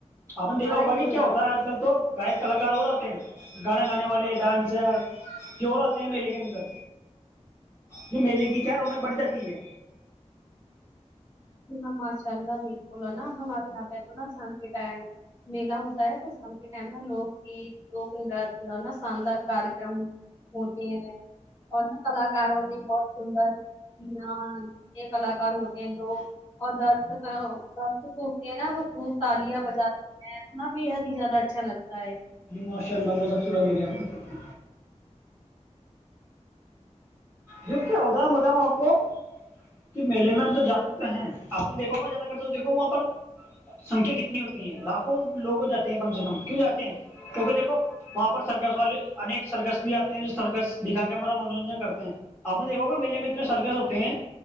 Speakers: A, on the left (about 20°); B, on the left (about 45°).
A: آپ نے
B: بخار
A: دیکھا ہوگا
B: آئی ہو
A: کی
B: جی
A: کیا
B: آپ
A: ہوتا ہے آج کل تو گائیک کلاکار اور آتے ہیں گانا گانے والے ڈانسر چور آتے ہیں میلے کے اندر جو میلے کی کیا رونق بڑھ جاتی ہے
B: جی ہاں ماشاء اللہ بالکل نا ہمارے یہاں پہ تو نا شام کے ٹائم میلا ہوتا ہے تو شام کے ٹائم نا لوک گیت لوک نرت اور نا شاندار کارکرم ہوتے ہے اور کلاکاروں نے بہت سندر یہ کلاکار ہوتے ہیں جو اور درد کا درد کوٹتے ہیں نا وہ خوب تالیاں بجاتے تونا بےحد ہی زیادہ اچھا لگتا ہے
A: جی ماشاء اللہ بہت اچھی بات بولی آپنے جب کیا ہوتا ہے میں بتاؤں آپ کو کے میلے میں ہم تو جاتے تو ہیں آپ نے دیکھا ہوگا زیادہ تر تو دیکھو وہاں پر سنکھیا کتنی ہوتی ہے لاکھوں لوگ جاتے ہیں کم سے کم کیوں جاتے ہیں کیونکہ دیکھو وہاں پر سرکس والے انیک سرکس بھی آتے ہیں جو سرکس دکھا کے ہمارا منورنجن کرتے ہیں آپ نے دیکھا ہوگا میلے میں اتنے سرکس ہوتے ہیں